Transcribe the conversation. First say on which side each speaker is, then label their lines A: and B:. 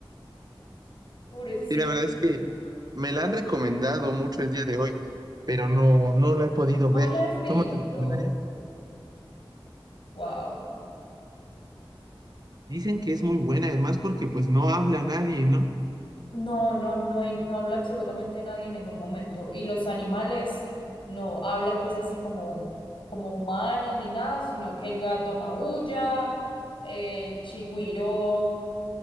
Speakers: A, on the left; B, on the right.
A: pobrecita.
B: Sí, la verdad es que me la han recomendado mucho el día de hoy. pero no, no la he podido
A: No
B: ver.
A: la has visto.
B: ¿Tú me la recomendarías?
A: Wow.
B: Dicen que es muy buena, además, porque pues no habla nadie, ¿no?
A: No, no, no, hay- no habla absolutamente nadie en ningún momento. Y los animales no hablan pues así como, como humanos ni nada, sino que el gato maulla, el chigüiro